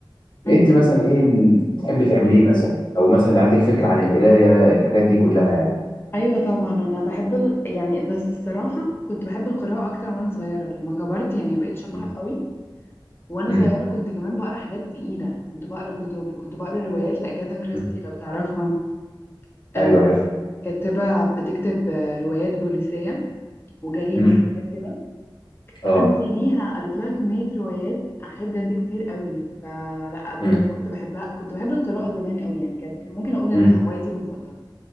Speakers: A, on the left; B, on the left.
A: أم.
B: انت مثلا ايه اللي بتحبي تعمليه مثلا او مثلا عندك فكره عن القرايه الحاجات دي كلها يعني
A: ايوه طبعا انا بحب ال... يعني بس الصراحه كنت بحب القراءه اكتر وانا صغيره لما كبرت يعني ما بقتش اقرا
B: مم.
A: قوي وانا
B: مم.
A: صغيره كنت كمان بقرا حاجات تقيله كنت بقرا كتب وكنت بقرا روايات لاجاثا كريستي
B: مم.
A: لو تعرفها آه
B: ايوه عارف
A: كاتبه بتكتب آه، روايات بوليسيه وجريمه
B: مم.
A: وحاجات كده
B: اه
A: عندي ليها قريت لها كمية روايات أحيي بجد كتير قوي فلا بجد
B: مم.
A: كنت بحبها كنت بحب القراءة زمان قوي يعني كان كان ممكن أقول إنها
B: مم.
A: هوايتي المفضلة